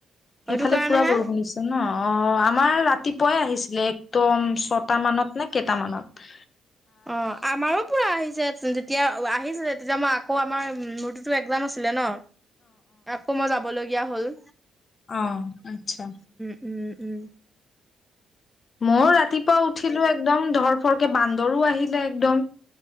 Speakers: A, in the centre; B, on the left.
A: সেইটো
B: সেইফালে
A: কাৰণেহে
B: পুৰা বৰষুণ দিছে ন অ আমাৰ ৰাতি পুৱাই আহিছিলে একদম ছয়টা মানত নে কেইট মানত
A: অ আমাৰো পুৰা আহিছে তেতিয়া আহিছিলে তেতিয়া মই আকৌ আমাৰ মূৰ্ততো এক্জাম আছিলে ন আকৌ মই যাব লগীয়া হ'ল
B: আহ আচ্ছা
A: ওম ওম
B: মই ৰাতিপুৱা উঠিলো একদম ধৰফৰ ে বান্দৰো আহিলে একদম